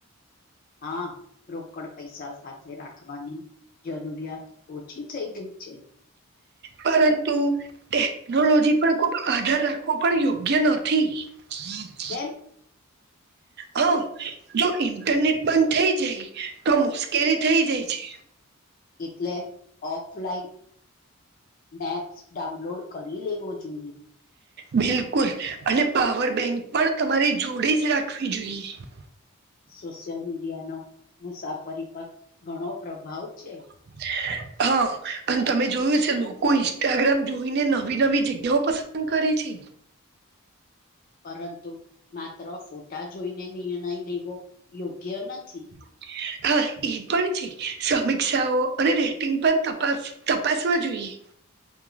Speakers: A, on the left (about 40°); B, on the right (about 50°).
A: હા રોકડ પૈસા સાથે રાખવાની. જરૂરિયાત ઓછી થઈ ગઈ છે.
B: પરંતુ ટેકનોલોજી પણ ખુબ આધાર રાખવો પણ યોગ્ય નથી. હી <unintelligible>
A: કેમ
B: હા જો ઇન્ટરનેટ બંધ થઇ જાય તો, મુશ્કેલી થઇ જાય છે.
A: એટલે ઓફલાઈન મેપ્સ ડાઉનલોડ કરી લેવો જોઈએ.
B: બિલકુલ. અને પાવર બેંક પણ તમારે જોડે જ રાખવી જોઈએ.
A: સોશિયલ મીડિયાનો મુસાફરી પર ઘણો પ્રભાવ છે.
B: હ <unintelligible> હા અને તમે જોયું હ છે લોકો ઇન્સ્ટાગ્રામ જોઈને નવી નવી જગ્યાઓ પસંદ કરે છે
A: પરંતુ માત્ર ફોટા જોઈને નિર્ણય લેવો યોગ્ય નથી
B: <inaudible> હા એ પણ છે સમીક્ષાઓ અને રેટિંગ પણ તપાસ તપાસવા જોઈએ